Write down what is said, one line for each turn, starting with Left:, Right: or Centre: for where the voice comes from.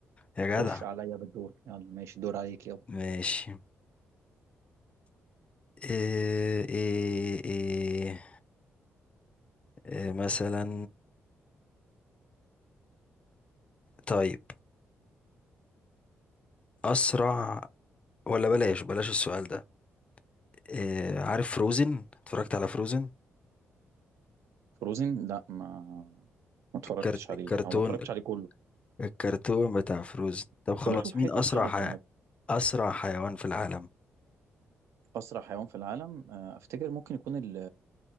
Left: يا جدع
Right: خش عليا بالدور يلا ماشي دور عليك يلا
Left: ماشي إيه إيه إيه إيه مثلا طيب أسرع ولا بلاش بلاش السؤال ده إيه عارف فروزن اتفرجت على فروزن
Right: فروزن لا ما ما اتفرجتش
Left: الكرت
Right: عليه
Left: الكرتون
Right: او ما اتفرجتش عليه كله
Left: الكرتون بتاع فروزن طب خلاص
Right: كنت بشوف
Left: مين
Right: حتت
Left: أسرع
Right: كده
Left: حي...
Right: فما
Left: أسرع حيوان في العالم
Right: اسرع حيوان في العالم آه، افتكر ممكن يكون ال-